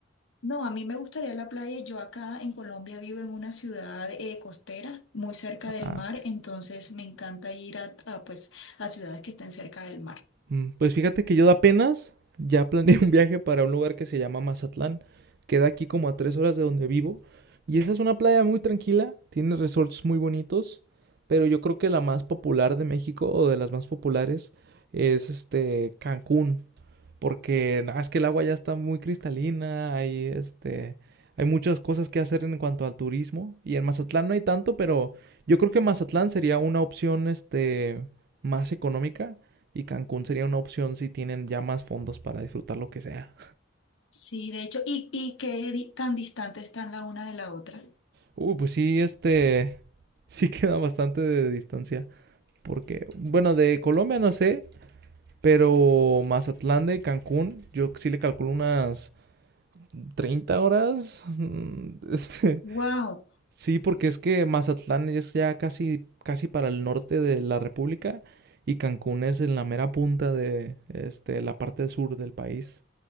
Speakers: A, on the left (about 75°); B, on the right (about 50°).
A: No, a mí me gustaría la playa. Yo acá en Colombia vivo en una ciudad eh, costera, muy cerca
B: Ah,
A: del mar,
B: ok.
A: entonces me encanta ir a, a, pues, a ciudades que estén cerca del mar.
B: Mm, Pues fíjate que yo apenas ya planeé <laughs> un viaje para un lugar que se llama Mazatlán. Queda aquí como a tres horas de donde vivo. Y esa es una playa muy tranquila, tiene resorts muy bonitos, pero yo creo que la más popular de México o de las más populares es este Cancún. Porque nada, es que el agua ya está muy cristalina, hay este, hay muchas cosas que hacer en cuanto al turismo y en Mazatlán no hay tanto, pero yo creo que Mazatlán sería una opción este más económica y Cancún sería una opción si tienen ya más fondos para disfrutar lo que sea.
A: Sí, de hecho, ¿y, y qué di- tan distantes están la una de la otra?
B: Uh, pues sí, este <laughs> sí queda bastante de distancia porque bueno, de Colombia no sé, pero Mazatlán de Cancún yo sí le calculo unas 30 horas. <laughs> mm, Este
A: ¡Wow!
B: Sí, porque es que Mazatlán es ya casi, casi para el norte de la República y Cancún es en la mera punta de este, la parte sur del país.